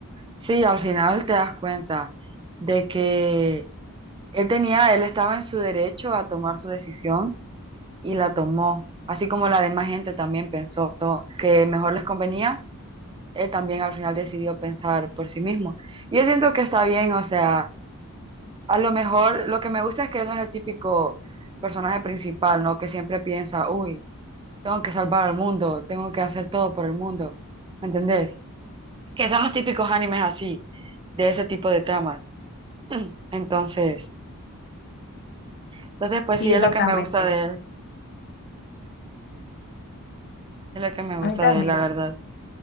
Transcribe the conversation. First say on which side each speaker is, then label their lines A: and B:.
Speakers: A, on the right; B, on the left.
A: Sí, al final te das cuenta de que él tenía, él estaba en su derecho a tomar su decisión y la tomó, así como la demás gente también pensó que mejor les convenía, él también al final decidió pensar por sí mismo. Y yo siento que está bien, o sea, a lo mejor lo que me gusta es que no es el típico personaje principal, ¿no? Que siempre piensa, uy, tengo que salvar al mundo, tengo que hacer todo por el mundo, ¿me entendés? Que son los típicos animes así, de ese tipo de tramas. <clears throat> Entonces, entonces pues
B: Sí,
A: sí es
B: exactamente.
A: lo que me gusta de él, es lo que me
B: A
A: gusta
B: mí también.
A: de él, la verdad.